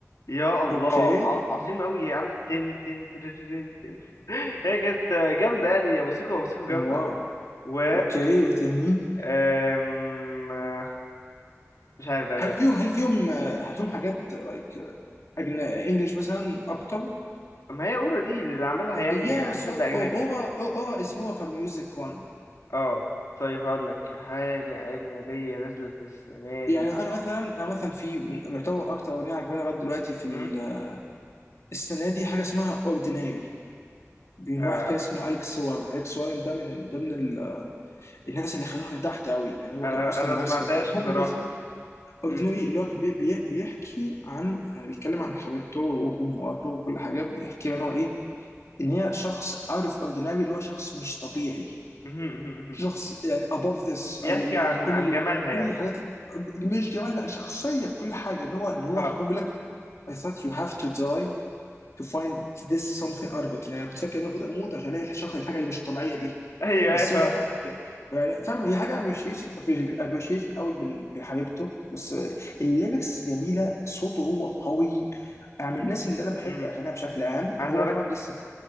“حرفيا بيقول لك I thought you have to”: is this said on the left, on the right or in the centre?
Left